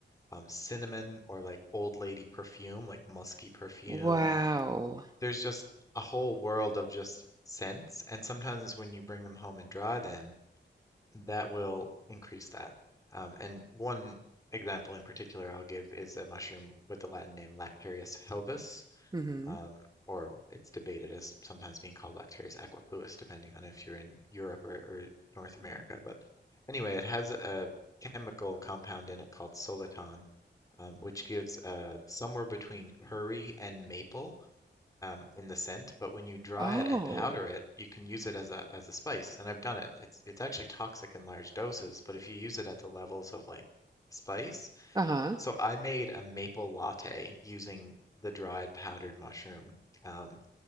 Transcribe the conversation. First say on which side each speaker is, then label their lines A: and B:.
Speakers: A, on the left; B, on the right.
A: um, cinnamon or like old lady perfume, like musky perfume.
B: wow.
A: There's just a whole world of just scents. And sometimes when you bring them home and dry them that will increase that. Um, and one example in particular I'll give is a mushroom with the Latin name Lactarius helvis,
B: hmm
A: um, or it's debated as sometimes being called Lactarius aquapluis, depending on if you're in Europe or, or North America. But anyway, it has a chemical compound in it called soliton, um, which gives uh, somewhere between curry and maple um, in the scent, but when you dry
B: Oh,
A: it and powder it, you can use it as a as a spice. And I've done it. It's it's actually toxic in large doses, but if you use it at the levels of like spice,
B: uh-huh.
A: so I made a maple latte using the dried powdered mushroom, um,